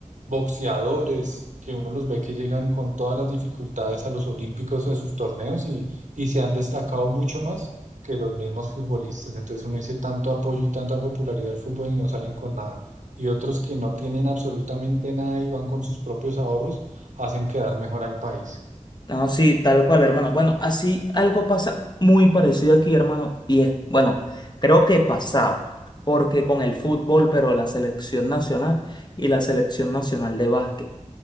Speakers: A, on the right; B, on the left.
A: boxeadores, que uno los ve que llegan con todas las dificultades a los olímpicos de sus torneos y, y se han destacado mucho más que los mismos futbolistas. Entonces uno dice tanto apoyo y tanta popularidad del fútbol y no salen con nada. Y otros que no tienen absolutamente nada y van con sus propios ahorros, hacen quedar mejor al país.
B: No, sí, tal cual, hermano. Bueno, así algo pasa muy parecido aquí, hermano, y es, bueno, creo que pasaba, porque con el fútbol, pero la selección nacional y la selección nacional de básquet.